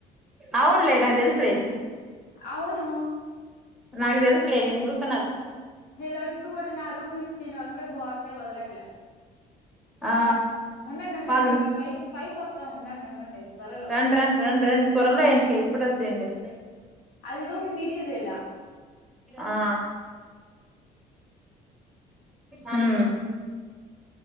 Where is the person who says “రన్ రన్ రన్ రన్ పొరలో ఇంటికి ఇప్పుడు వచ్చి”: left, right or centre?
Centre